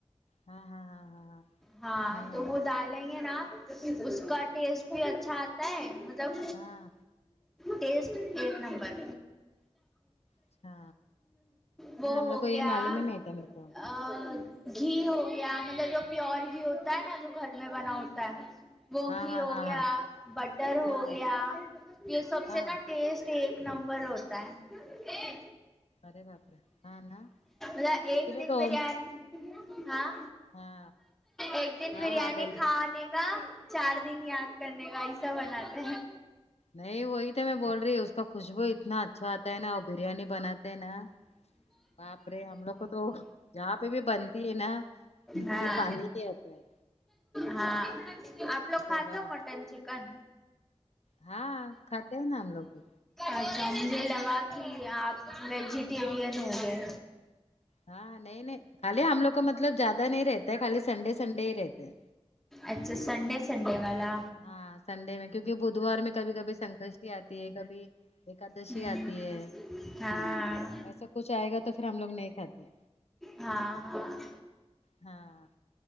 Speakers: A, on the left; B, in the centre.
A: ہاں ہاں ہاں ہاں ہاں
B: ہاں
A: نہیں
B: تو
A: ہم
B: وہ ڈالیں گے نا اس کا ٹیسٹ بھی اچھا آتا ہے مطلب
A: ہاں
B: ٹیسٹ ایک نمبر
A: اچھا
B: وہ
A: نہیں
B: ہو
A: ہم لوگ کو یہ
B: گیا
A: معلوم ہی نہیں تھا میرے کو
B: ا گھی ہو گیا مطلب جو پیور گھی ہوتا ہے نا جو گھر میں بنا ہوتا ہے وہ
A: ہاں
B: گھی
A: ہاں
B: ہو
A: ہاں
B: گیا بٹر ہو
A: ہاں ہاں
B: گیا یہ سب
A: ہاں
B: سے نا ٹیسٹ ایک نمبر ہوتا ہے
A: ارے باپ رے ہاں نا
B: ما ایک
A: کلے
B: دن
A: تو
B: بریانی ہاں
A: ہاں
B: ایک دن
A: ہاں
B: بریانی
A: ہاں بولو
B: کھا نے کا چار دن یاد کرنے کا ایسا بناتے ہیں
A: نہیں وہی تو میں بول رہی ہوں اس کا خوشبو اتنا اچھا آتا ہے نا اور بریانی بناتے ہیں نا باپرے ہم لوگ کو تو یہاں پہ بھی بنتی ہے نا موں
B: ہاں
A: میں پانی بھی آتا ہے
B: ہاں آپ لوگ
A: ارے
B: کھاتے
A: واہ
B: ہو مٹن چکن
A: ہاں کھاتے ہو نا ہم لوگ بھی
B: اچھا مجھے لگا کہ آپ ویجیٹیرین ہو گئے
A: ہاں نہیں نہیں خالی ہم لوگ کو مطلب زیادہ نہیں رہتا ہے خالی سنڈے سنڈے ہی رہتے ہیں
B: اچھا سنڈے سنڈے والا
A: ہاں سنڈے میں کیونکہ بدوار میں کبھی کبھی سنکشٹی آتی ہے کبھی ایکادشی
B: ہوں
A: آتی ہے
B: ہاں
A: ایسا کچھ آئے گا تو پھر ہم لوگ نہیں کھاتے
B: ہاں ہاں
A: ہاں